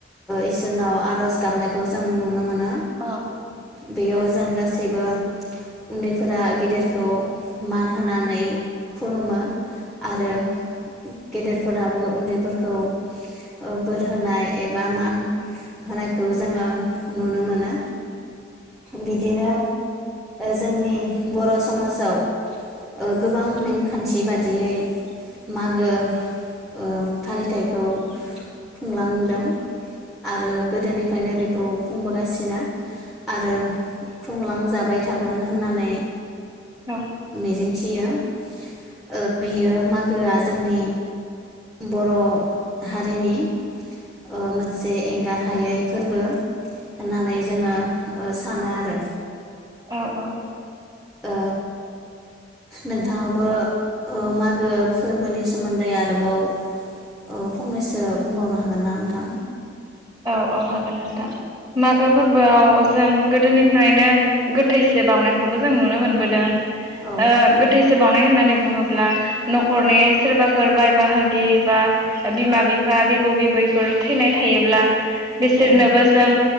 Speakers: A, in the centre; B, on the right.
A: इसोरनाव आर'ज गाबनाय खौ जों नुनो मोनो
B: औ
A: बेयाव जों गासैबो उनदै फोरा गेदेरखौ मान होनानै खुलुमो आरो गेदेरफोराबो उनदैफोरखौ औ बोर होनाय एबा मान होनायखौ जोङो नुनो मोनो बिदिनो जोंनि बर' समाजाव गोबां ओ नेमखान्थि बादि यै मागो ओ फालिथायखौ खुंलांदों आरो गोदोनिफ्रायनो बेखौ खौ खुंबोगासिनो आरो खुंलांजाबाय थागोन होननानै
B: औ
A: मिजिं थियो। ओ बेयो मा जौआ जोंनि बर' हारिनि ओ मोनसे गाहायै फोरबो होननानै जोङो
B: औ
A: ओ सानो आरो।
B: औ औ।
A: ओ नोंथाङाबो मागो फोरबोनि सोमोन्दै आरोबाव ओ फंनैसो बुंबावनो हागोन ना नोंथां?
B: औ औ हागोन नोंथां। मागो फोरबोआव जों गोदोनिफ्रायनो गोथैसो बावनायखौबो जों नुनो मोनबोदों।
A: औ
B: ओ
A: औ
B: गोथैसो बावनाय होननानै बुङो न'खरनि सोरबाफोर बाय बाहागि बा बिमा-बिफा, बिबौ-बिबैफोर थैनाय थायोब्ला बिसोरनोबो
A: औ
B: जों